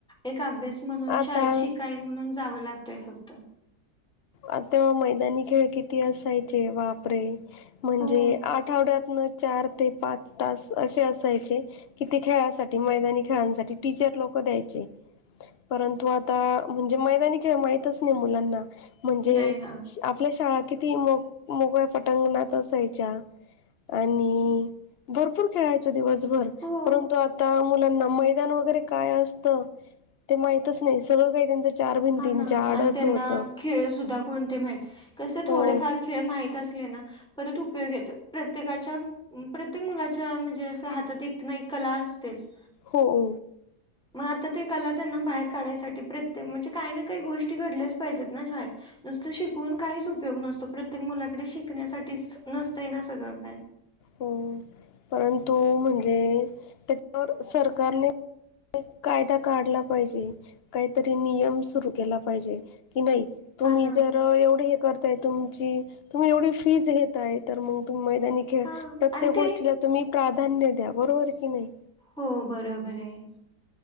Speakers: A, in the centre; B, on the left (about 45°).
A: एक अभ्यास म्हणून
B: आता
A: शाळेत शिकाय म्हणून जावं लागतंय फक्त.
B: आता मैदानी खेळ किती असायचे वापरे! म्हणजे
A: हो
B: आठवड्यात चार ते पाच तास असे असायचे कि ते खेळासाठी मैदानी खेळांसाठी टीचर लोकं द्यायचे. परंतु आता म्हणजे मैदानी खेळ माहितच नाही मुलांना म्हणजे
A: नाही ना
B: आपल्या शाळा किती मोक मोकळ्या पटंगणात असायच्या. आणि भरपूर खेळायचे दिवसभर
A: हो
B: परंतु आता मुलांना मैदान वगैरे काय असतं ते माहीतच नाही, सगळे काही त्यांचा चार भिंतींचा
A: हा ना
B: आडच
A: आणि त्यांना
B: होतं.
A: खेळ सुद्धा कोणते माहित कसे थोडेफार
B: हो
A: खेळ माहित असले ना परत उपयोग येत प्रत्येकाच्या प्रत्येक मुलाच्या म्हणजे असं हातात एक ना एक कला असतेच
B: हो हो.
A: मग आता ते कला त्यांना बाहेर काढायसाठी प्रत्येम म्हणजे काही ना काही गोष्टी घडल्याच पाहिजेत ना शाळेत. नुसतं शिकवून काहीच उपयोग नसतो प्रत्येक मुलाकडे शिकण्यासाठीच नसतंय ना सगळं काय.
B: हो परंतु म्हणजे त्याच्यावर सरकारने कायदा काढला पाहिजे काहीतरी नियम सुरू केला पाहिजे कि नाही. तुम्ही
A: हा ना
B: जर एवढे हे करताय तुमची तुम्ही एवढी फीज घेताय तर मग तुम्ही मैदानी खेळ
A: हा
B: प्रत्येक
A: आणि ते
B: गोष्टीला तुम्ही प्राधान्य द्या बरोबर की नाही.
A: हो बरोबर आहे.